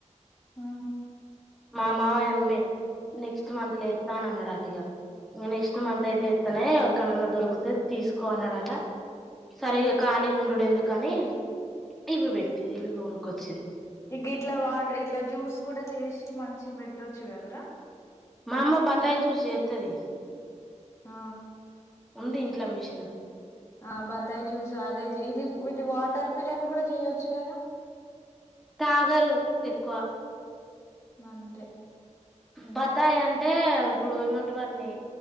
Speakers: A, on the left; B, in the centre.
A: ఆ
B: మా మావయనమే నెక్స్ట్ మంత్ ల ఏత్త అన్నాడట ఇగ ఇ నెక్స్ట్
A: హ్మ్.
B: మంత అయితే ఏత్తలే ఎవరికనన్నా దొరుకుతు తీసుకో అన్నాడట సరే ఇగ ఖాళీగా ఉండుడు ఎందుకని ఇవి పెట్టి ఇవి కొనుక్కొచ్చింది
A: ఇగిట్లా వాటర్ ఇట్లా జ్యూస్ కూడా చేసి మంచి పెట్టొచ్చు కదరా
B: మా అమ్మ బత్తయి జూస్ చేత్తది
A: ఆ
B: ఉంది ఇంట్లో మిషన్
A: ఆ బత్తాయి జ్యూస్ అదే ఇది ఇది వాటర్ మిలన్ కూడా చెయ్యొచ్చు కదా
B: తాగరు ఎక్కువ
A: అంతే
B: బతాయి అంటే ఇప్పుడు ఏమంటారు వాటిని